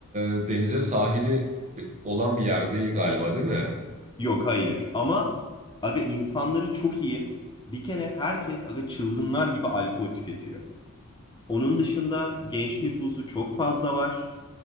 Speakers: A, on the right; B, on the left.
A: e, denize sahili e, olan bir yer değil galiba değil mi?
B: Yok hayır ama aga insanları çok iyi. Bir kere herkes aga çılgınlar gibi alkol tüketiyor. Onun dışında genç nüfusu çok fazla var.